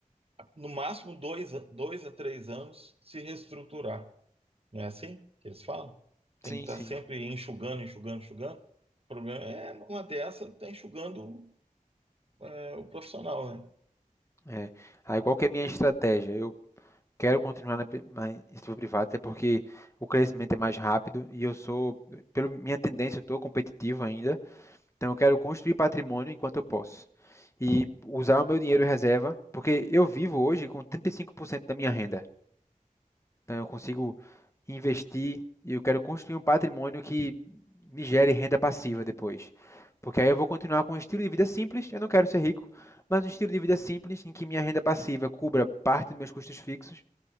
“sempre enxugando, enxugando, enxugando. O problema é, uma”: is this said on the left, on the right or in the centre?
Right